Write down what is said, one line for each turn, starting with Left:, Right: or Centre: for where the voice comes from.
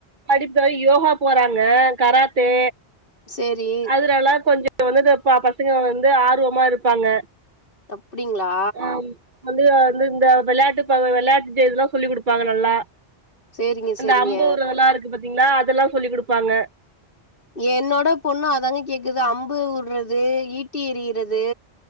Right: படிப்புவ யோகா போறாங்க கராத்தே
Left: சேரி
Right: அதுரலா கொஞ்ச வந்துது ப பசங்க வந்து ஆருவமா இருப்பாங்க
Left: அப்டிங்ளா
Right: ஆம் வந்து வந்து இந்த வெள்யாட்டு ப வெள்யாட்டு ஜெ இதுல்லா சொல்லி் இதுடுப்பாங்க நல்லா
Left: சேரிங்க
Right: அந்த
Left: சேரிங்க
Right: அம்பு உற்றதல்லா இருக்கு பத்தீங்ளா அதல்லா சொல்லி் குடுப்பாங்க
Left: என்னோட பொண்ணு அதாங்க கேக்குது அம்பு உட்றது ஈட்டி எரிய்யிறது